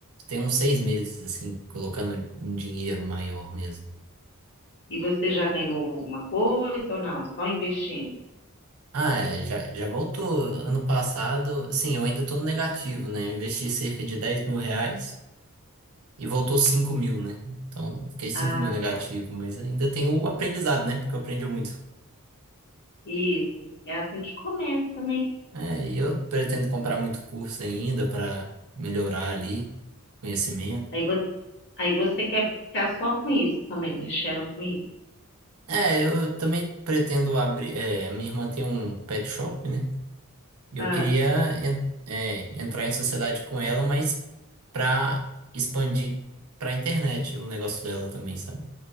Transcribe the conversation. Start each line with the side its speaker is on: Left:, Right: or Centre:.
Right: tem uns seis meses, assim, colocando um dinheiro maior mesmo.
Left: E você já ganhou alguma coisa ou não? Só investindo.
Right: Ah, é, já, já voltou. Ano passado, sim, eu ainda tô no negativo, né? Eu Investi cerca de dez mil reais e voltou cinco mil, né? Então, fiquei cinco
Left: Ah,
Right: mil negativo,
Left: tá.
Right: mas ainda tem o aprendizado, né? Porque eu aprendi muito.
Left: Isso. É assim que começa, né?
Right: É, e eu pretendo comprar muito curso ainda para melhorar ali conhecimento.
Left: Aí você, aí você quer ficar só com isso também, mexendo com isso.
Right: É, eu também pretendo abrir. É, a minha irmã tem um pet shop, né? E eu
Left: Ah,
Right: queria en- é, entrar em sociedade com ela, mas para expandir para internet o negócio dela também, sabe?